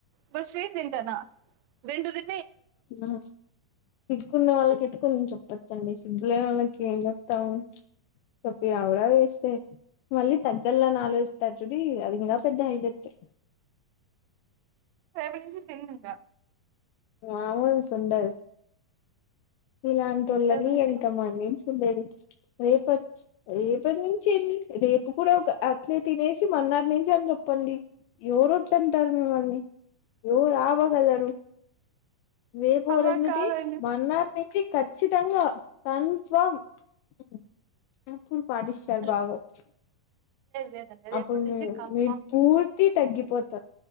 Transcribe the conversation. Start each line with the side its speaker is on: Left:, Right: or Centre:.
Right: మీర్ స్వీట్ తింటారా వెెంటిది
Left: ఆ తిట్టుకున్నా వాళ్ళు
Right: ఇయాల్తో
Left: తిట్టుకొని చెప్తా ండి సిగ్గుులే మనకి ఏం చెప్తాము చెప్పి ఆ కూడా వేస్తే మళ్ళీ తగ్గల్లాని ఆలోచితటుడి అది ఇంకా పెద్ద అయిదస్తా
Right: సవలించి తనుంగా
Left: అవును సంట ఇలాంటి వాళ్ళని
Right: రేపటి నుంచి
Left: ఎంత మంది లేదు రేపది రేపటి నుంచిే రేపు కూడా ఒక అట్లే తినేసి మన్నటి నుంచి అని చెప్పండి ఎవరు తంటారు మిమ్మల్ని ఎవరు ఆ బగలారు రేపు
Right: అలా
Left: రెమిది
Right: కాదండి
Left: మార్ నుంచి ఖచ్చితంగా కన్ఫామ్ప్పుడు పాటిస్తారు
Right: లేదు
Left: బాగా వచ్చు
Right: లేదండి రేపటి
Left: అప్పుడు
Right: నుంచి కన్ఫామ్
Left: మీరు పూర్తి తగ్గిపోత